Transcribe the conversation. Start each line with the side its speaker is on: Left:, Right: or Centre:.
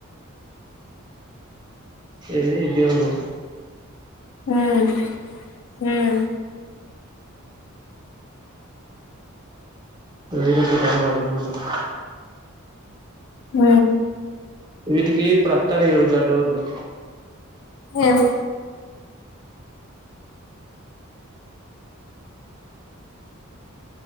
Right: ఏది ఇ దేవళ <inaudible>
Left: హమ్ హమ్
Right: ర రక బారవాజే మళ్లా <inaudible>
Left: ఆ
Right: వీటికి ఇప్పుడు ఓతనయి చూడు గా డోర్లు
Left: ఏవి